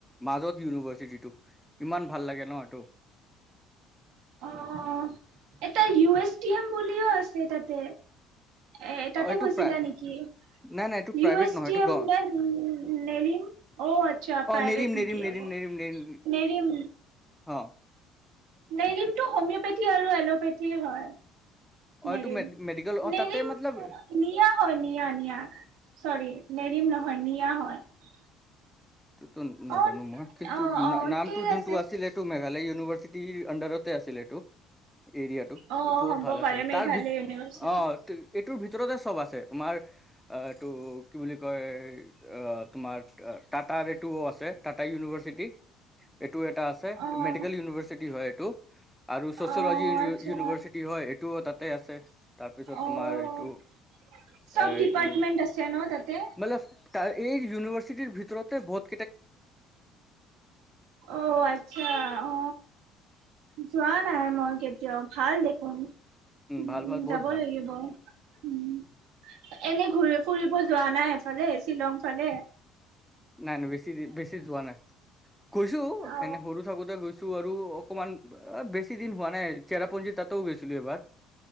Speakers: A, in the centre; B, on the right (about 80°).
A: মাজত ইউনিভাৰ্চিটিটো ইমান ভাল লাগে ন এইটো।
B: অ' এটা ইউ এছটি এম বুলিও আছে তাতে। এ তাতে
A: অ এইটো
B: গৈছিলা
A: প্ৰায়
B: নেকি?
A: নাই নাই এইটো
B: ইউ
A: প্ৰাইভেট
B: এছটি
A: নহয় এইটো
B: এম
A: গ
B: নে নেৰিম অ' আচ্ছা,
A: অ
B: প্ৰাইভেট
A: নেৰিম নেৰিম
B: নেকি
A: নেৰিম
B: অ'
A: নেৰিম নেৰিম
B: নেৰিম।
A: অ
B: নেৰিমটো হোমিওপেথি আৰু এলোপেথি হয়।
A: অ
B: নেৰিম
A: এইটো মেডিকেল অ
B: নেৰিম
A: তাতে মতলব
B: নিয়া হয় নিয়া নিয়া চৰি। নেৰিম নহয় নিয়া হয়।
A: টো নাজানোঁ
B: অ'।
A: মই। কিন্তু
B: অ' অ'
A: নামটো
B: ঠিক
A: যোনটো
B: আছে
A: আছিল টো মেঘালয় ইউনিভাৰ্চিটিৰ আন্দাৰতে আছিলেটো। এৰিয়াটো
B: অ'
A: বহুত
B: হ'ব
A: ভাল
B: পাৰে
A: আছিলে,
B: মেঘালয়
A: তাৰ ভিত
B: ইউনিভাৰ্চিটি।
A: অ'। এইটোৰ ভিতৰতে চব আছে তোমাৰ এইটো কি বুলি কয় তোমাৰ টাটা এইটোও আছে। টাটা ইউনিভাৰ্চিটি। এইটো এটা আছে
B: অ'
A: মেডিকেল ইউনিভাৰ্চিটি হয়। টো আৰু চচিয়লজি
B: অ' আচ্ছা
A: ইউনিভাৰ্চিটি হয় এইটোও তাতে আছে তাৰপিছত
B: অ'।
A: তোমাৰ এইটো
B: চব
A: এ
B: ডিপাৰ্টমেন্ট
A: এইটো
B: আছে ন তাতে
A: <unintelligible> এই ইউনিভাৰ্চিটিৰ ভিতৰত বহুত
B: অ আচ্ছা অ যোৱা নাই মই কেতিয়াও ভাল দেখোন উম
A: ভাল ভাল বহুত
B: যাব
A: ভাল
B: লাগিব উম এনে ঘূৰি ফুৰিব যোৱা নাই এফালে শ্বিলং ফালে
A: নাই নাই বেছি দি বেছি যোৱা নাই কৈছো
B: অ
A: এনে সৰু থাকোতে গৈছো ছো আৰু অকণমান বেছি দিন হোৱা নাই চেৰাপুঞ্জী তাতেও গৈছিলো এবাৰ